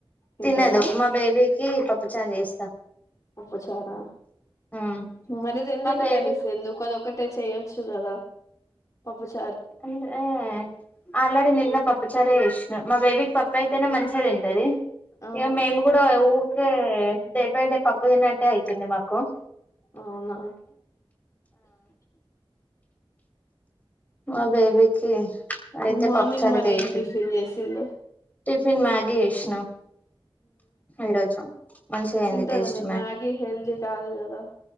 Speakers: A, on the left; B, on the left.
A: తింటాద
B: తినదు మా బేబీకి పప్పుచారు చేస్తా
A: పప్పుచారా
B: మా
A: మరి రెండు రెండు
B: బేబీ
A: కర్రీస్ ఎందుకు అది ఒక్కటి. ఒకటే చెయొచ్చు కదా పప్పుచా
B: అదే ఆల్రెడీ నిన్న పప్ప పప్పు చారే చేసిన మా బేబీకి పప్పా అయితేనే మంచిగా తింటది.
A: ఆ
B: ఇక మేము కూడా ఊరికే డే బై డే పప్పు తిన్నట్టే అయితుంది. మాకు కో
A: అవునా
B: మా బేబీకి అయితే
A: మార్నింగ్
B: పప్పుచారు
A: మరే
B: చేసేది
A: ఏం టిఫిన్ చేసిళ్ళు.
B: టిఫిన్ మ్యాగి చేసినం. ఈ రోజు మంచిగా అయింది
A: తింటార
B: టేస్ట్
A: మీరు మ్యాగీ హెల్తీ కాదు కదా